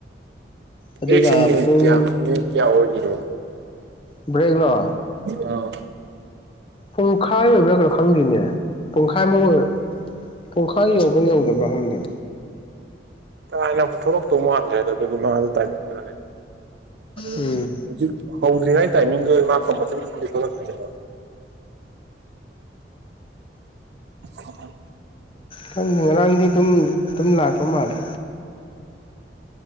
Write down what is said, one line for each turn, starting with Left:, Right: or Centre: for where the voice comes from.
Left: ꯑꯗꯨꯒ
Right: ꯑꯦꯁ
Left: ꯄꯨꯡ
Right: ꯀꯌꯥ ꯅꯤꯡ ꯀꯌꯥ ꯍꯒꯣ
Left: ꯕ꯭ꯔꯦꯛ ꯂꯣ
Right: ꯑ
Left: ꯄꯨꯡꯈꯥꯏ ꯑꯣꯏꯕ꯭ꯔꯥ ꯀ꯭ꯔꯣ ꯈꯪꯗꯦꯅꯦ ꯄꯨꯡꯈꯥꯏ ꯑꯃ ꯑꯣꯏ ꯄꯨꯡꯈꯥꯏ ꯌꯧꯕ꯭ꯔꯥ ꯌꯧꯗꯕ꯭ꯔꯥ ꯍꯪꯉꯦ
Right: ꯀꯥꯏꯅ ꯑꯃꯨꯛ ꯊꯣꯛꯂꯛꯇꯧ ꯃꯥꯟꯗ꯭ꯔꯦꯗ ꯑꯗꯨꯗꯤ ꯃꯥꯗꯣ ꯇꯥꯏꯃꯤꯡꯗꯨ ꯑꯗꯨ
Left: ꯎꯝ
Right: ꯍꯧꯖꯤꯛ ꯍꯧꯗ꯭ꯔꯤꯉꯩ ꯇꯥꯏꯃꯤꯡꯗꯣ ꯃꯥ ꯀꯄꯜꯁꯔꯤ ꯊꯣꯛꯇꯤ ꯊꯣꯛꯂꯛꯀꯅꯦꯕ ꯑ
Left: ꯈꯪꯗꯦ ꯉꯔꯥꯡꯗꯤ ꯑꯗꯨꯝ ꯑꯗꯨꯝ ꯂꯥꯛꯄ ꯃꯥꯜꯂꯦ